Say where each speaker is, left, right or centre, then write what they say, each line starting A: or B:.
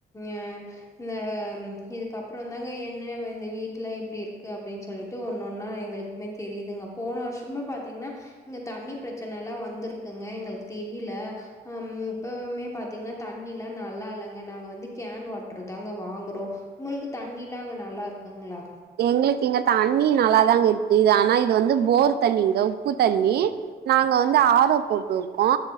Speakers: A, on the left; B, on the right.
A: அ இந்த இதுக்கப் புறோந்தாங்க என்ன வ இந்த வீட்ல எபடி இருக்கு அப்டின் சொல்லிட்டு ஒன்னொன்னா எங்களுக்குமே தெரிதுங்க போன வருஷமாே பாத்தீங்ன்னா இங்க தண்ணி ப்ரெச்சனல்லா வந்துருக்குங்க எங்களுக்கு தெரியில அம் இப்பவுமே பாத்தீங்ன்னா தண்ணிலா நல்லா இல்லங்க நாங்க வந்து கேன் வாட்ருதாங்க வாங்குறோ உங்களுக்கு தண்ணிலா அங்க நல்லா இருக்குங்களா
B: எங்களுக்கு இங்க தண்ணி நல்லாதாங்க இருக்கு இது ஆனா இது வந்து போர் தண்ணிங்க உப்பு தண்ணி நாங்க வந்து ஆரோ போட்டு இருக்கோ